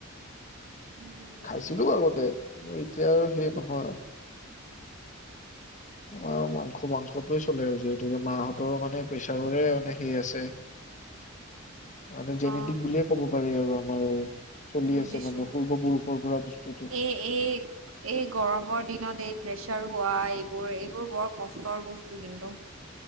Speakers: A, on the right; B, on the left.
A: উম,
B: খাইছিলো
A: বুজিছো।
B: আগতে আৰু এতিয়া আৰু সেই নহয় আৰু। অ মাংস মাংসটোৱে চলে আৰু যিহেতু মাহঁতৰ মানে প্ৰেছাৰৰে মানে সেই আছে। মানে জেনেতিক
A: অ
B: বুলিয়ে ক'ব পাৰি আৰু আমাৰ। <unintelligible>
A: বুজিছো।
B: আছে মানে পূৰ্বপুৰুষৰ পৰা বস্তুটো
A: এই এই এই গৰমৰ দিনত এই প্ৰেচাৰ- হোৱা এইবোৰ, এইবোৰ বৰ কষ্টৰ বস্তু কিন্তু